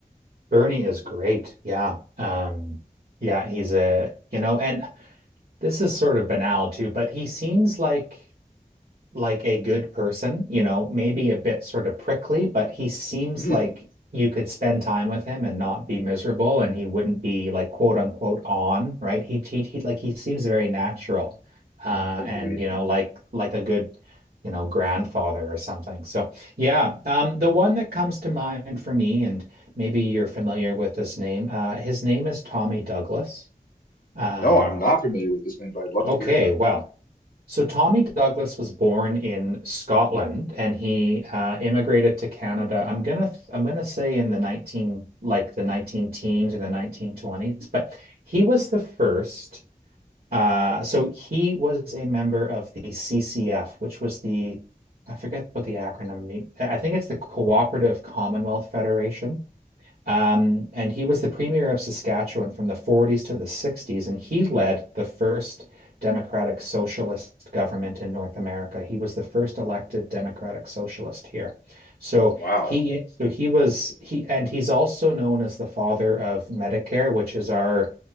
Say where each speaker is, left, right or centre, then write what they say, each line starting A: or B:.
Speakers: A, on the right; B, on the left.
A: Bernie is great. Yeah. Um, yeah, he's a, you know, and this is sort of banal too, but he seems like like a good person, you know, maybe a bit sort of prickly, but he seems
B: <clears throat>
A: like you could spend time with him and not be miserable and he wouldn't be like quote unquote on, right? He he, he like he seems very natural. Uh
B: Agreed.
A: and you know, like like a good, you know, grandfather or something. So, yeah, um the one that comes to mind for me and maybe you're familiar with his name, uh his name is Tommy Douglas. Um
B: No, I'm not familiar with this name, but I'd love
A: okay,
B: to hear about
A: well,
B: it.
A: so Tommy Douglas was born in Scotland and he uh, immigrated to Canada. I'm gonna th- I'm gonna say in the 19 like the 19 teens or the 1920s, but he was the first. Uh, so he was a member of the CCF, which was the I forget what the acronym mean. I think it's the Cooperative Commonwealth Federation. Um, and he was the premier of Saskatchewan from the 40s to the 60s, and he led the first democratic socialist government in North America. He was the first elected democratic socialist here. So
B: Wow.
A: he so he was he and he's also known as the father of Medicare, which is our